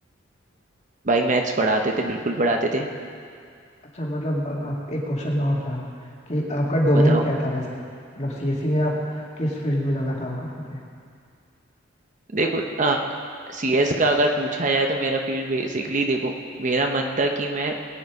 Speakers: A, on the right; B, on the left.
A: भाई मैथ्स पढ़ाते थे बिल्कुल पढ़ाते थे
B: अच्छा मतलब अ- आप एक क्वेश्चन और था कि आपका डोमेन
A: बताओ
B: क्या था वैसे मतलब सीएससी में आप किस फील्ड में ज्यादा काम करते थे
A: देखो सीएस का अगर पूछा जाए तो मेरा फील्ड बेसिकली देखो मेरा मन था कि मैं